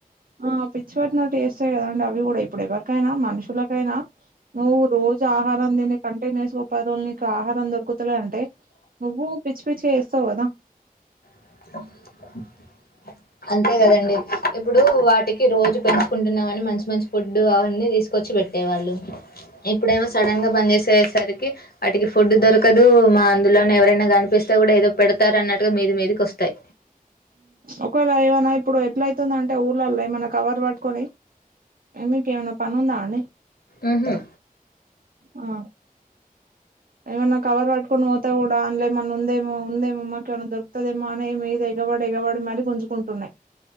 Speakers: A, on the right; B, on the left.
A: ఆ పిచ్చి పట్టినటు వేస్తాయి కదండి అవి కూడా ఇప్పుడు ఏవరికైనా మనుషులకైనా నువ్వు రోజు ఆహారం దీని కంటిన్యూస్ ప రోజు నీకు ఆహారం దొరుకుతు తు అంటే నువ్వు పిచ్చి పిచ్చి వేస్తావు కదా
B: <inaudible> అంతే కదండి ఇప్పుడు వాటికి రోజు పెంచుకుంటున్నామని మంచి మంచి ఫుడ్ అవన్నీ తీసుకొచ్చి పెట్ ట్టే వాళ్ళు ఇప్పుడేమో సడన్ గా బంద్ చేసేసరికి వాటికి ఫుడ్ దొరకదు మా అందులోనే ఎవరైనా కనిపిస్తే కూడా ఏదో పెడతారు అన్నట్టుగా మీది మీదికి వస్తాయి
A: ఒకవేళ ఏమైనా ఇప్పుడు ఎట్ల అయితుండంటే ఊర్లల్లో ఏమన్న కవర్ పట్టుకొని ఏ మీకేమైనా పని ఉందా అండి
B: ఉహ్మ్మ్
A: ఆ ఏమైన్నా కవర్ పట్కొని పోతా కూడా అన్లో ఏమన్నా ఉందేమో ఉందేమో మాకు ఏమైనా దొరుకుతదేమో అనే మీద ఎగవడి ఎగవడి మరి గుంజుకుంటునాయి